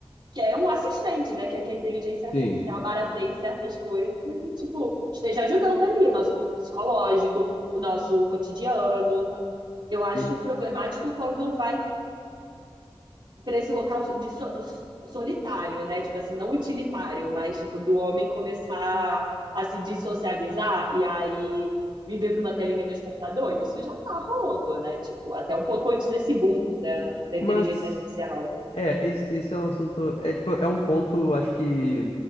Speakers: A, on the right; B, on the left.
A: que é um assistente, né? Que é que a inteligência artificial
B: Sim.
A: barateie certas coisas e, tipo, esteja ajudando ali o nosso psicológico, o nosso cotidiano. Eu acho
B: eu-
A: problemático quando vai para esse local de so- solitário, né? Tipo assim, não utilitário, mas tipo do homem começar a se dissocializar e aí viver para uma telinha de computador. Isso já tá rolando, né? Tipo, até um pouco antes desse boom da, da inteligência
B: Mas.
A: artificial.
B: É, isso esse é um assunto. É, tipo, é um ponto, acho que.